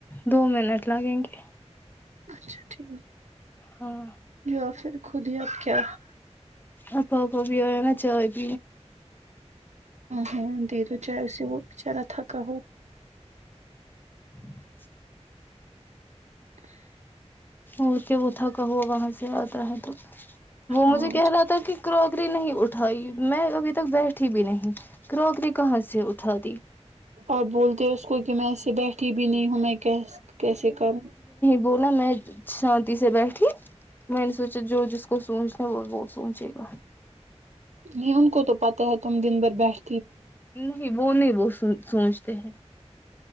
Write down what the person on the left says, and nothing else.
دو منٹ لگیں گے
ہاں
اپپ بھی ہو نا چائے پ
ج
اور کے وہ تھا کہو وہاں سے آتا ہے تو وہ
مجھے کہہ رہا تھا کہ کروکری نہیں اٹھائی میں ابھی تک بیٹھی بھی نہیں کراکری کہاں سے اٹھا دی
بونا میں شانتی سے بیٹھی میں نے سوچا جو جس کو سوچ وہ وہ سوچے گا
نہیں وہ نہیں وہ س سوچتے ہیں